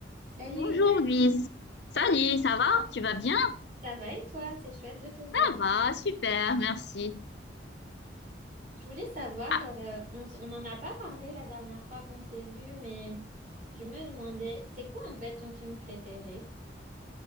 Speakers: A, on the right; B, on the left.
A: Salut
B: Bonjour
A: Imad,
B: Luis. Salut,
A: salut.
B: ça va? Tu vas bien?
A: Ça va et toi? C'est chouette de te voir.
B: Ça va, super, merci.
A: Je voulais savoir,
B: Ah,
A: euh, on, s- on n'en a pas parlé la dernière fois qu'on s'est vu, mais je me demandais, c'est quoi en fait ton film préféré?